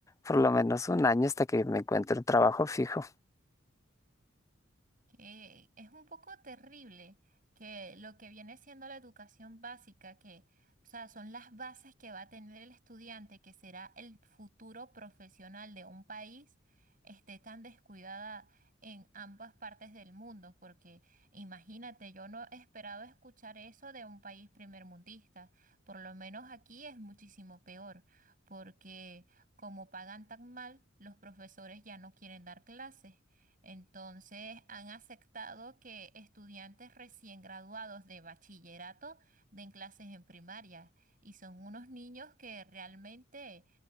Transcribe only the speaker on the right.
que es un poco terrible que lo que viene siendo la educación básica, que, o sea, son las bases que va a tener el estudiante, que será el futuro profesional de un país, esté tan descuidada en ambas partes del mundo, porque imagínate, yo no esperaba escuchar eso de un país primermundista, por lo menos aquí es muchísimo peor, porque como pagan tan mal, los profesores ya no quieren dar clases. Entonces, han aceptado que estudiantes recién graduados de bachillerato den clases en primaria y son unos niños que realmente